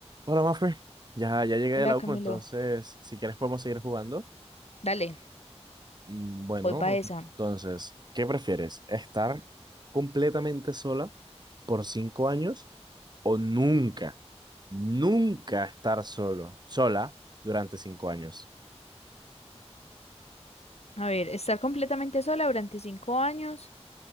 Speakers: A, on the right; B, on the left.
A: Hola, Mafe. Ya, ya llegué
B: Hola
A: de la
B: Camilo,
A: U, entonces, si quieres podemos seguir jugando.
B: dale,
A: Mm, Bueno,
B: voy para esa.
A: entonces, ¿qué prefieres? ¿Estar completamente sola por cinco años o nunca, nunca estar solo, sola durante cinco años?
B: A ver, ¿estar completamente sola durante cinco años